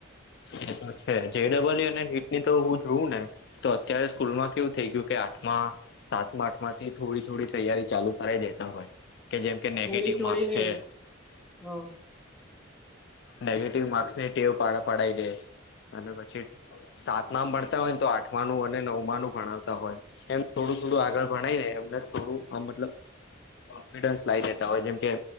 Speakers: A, on the left; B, in the centre.
A: એ તો છે જેડબલ્યુ અને નિટ ની તો હું જોઉું ને તો અત્યારે સ્કૂલમાં કેવું થઈ ગયું કે આઠ માં સાત આઠ માંથી થોડી થોડી તૈયારી ચાલુ કરાવ દેતા હોય. કે જેમ કે નેગેટિવ
B: થોડી થોડી
A: માર્ક્સ
B: નઈ
A: છે.
B: હ
A: નેગેટિવ માર્ક્સ નીટેવ પડી દે અને પછી સાતમા ભણતા હોય ને તો આઠમાનું અને નવમાં નું ભણાવતા હોય એમ થોડું થોડું આગળ ભણાય ને એમને થોડું આ મતલબ કોન્ફિડન્સ લાવ જેતા હોય જેમ કે